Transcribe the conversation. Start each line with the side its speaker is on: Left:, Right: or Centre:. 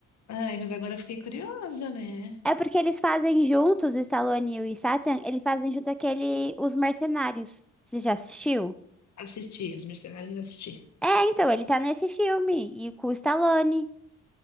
Left: Ai, mas agora eu fiquei curiosa, né?
Centre: É porque eles fazem juntos, Stallone e o Statham, eles fazem junto aquele Os Mercenários. Você já assistiu?
Left: Assisti, Os Mercenários eu assisti.
Centre: É, então, ele tá nesse filme. E com o Stallone.